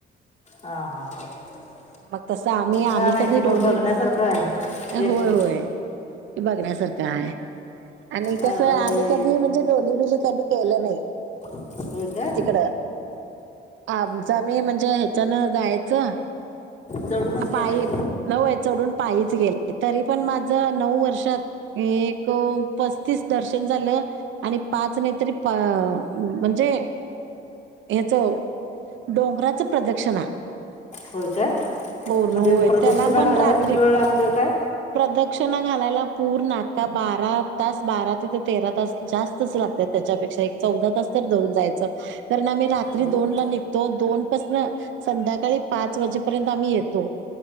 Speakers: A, on the left (about 35°); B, on the right (about 70°).
A: हां हां हां.
B: मग तस आम्ही, आम्ही
A: छान आहे
B: कधी
A: की मग
B: डोली
A: बघण्यासारखं आहे
B: होय
A: एकूण
B: होय. हे बघण्या सारखं काय? आणि
A: अ,
B: कसं
A: अ,
B: आम्ही कधी म्हणजे, डोलीबिली कधी केलं नाही.
A: होय का.
B: तिकडं. आमच आमी, म्हणजे ह्याच्यान जायचं.
A: चढूनच गेलाय
B: पायी <unintelligible> चढून पायीचं गेलते तरी पण माझ नऊ वर्षात एक पस्तीस. दर्शन झालं. आणि पाच नाही तरी पा म्हणजे याच, डोंगराच प्रदक्षिणा.
A: होय का
B: पूर्ण
A: म्हणजे
B: होय.
A: प्रदक्षिणा
B: त्याला पण
A: घालायला
B: रात्री
A: किती वेळ लागतोय काय
B: प्रदक्षणा घालायला पूर्ण आता बारा तास, बारा ते ते तेरा तास जास्तच लागत त्याच्यापेक्षा चवदा तास तरी धरून जायचं. तर ना आम्ही रात्री
A: होय
B: दोन ला निघतो. दोन पासना संध्याकाळी पाच वाजेपर्यंत आम्ही येतो.